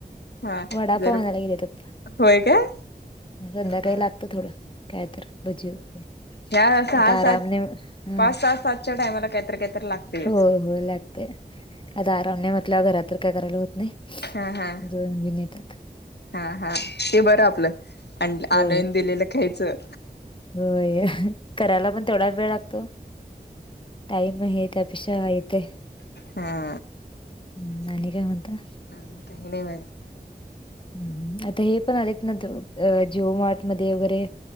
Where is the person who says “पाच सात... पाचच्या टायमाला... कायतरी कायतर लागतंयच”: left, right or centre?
Left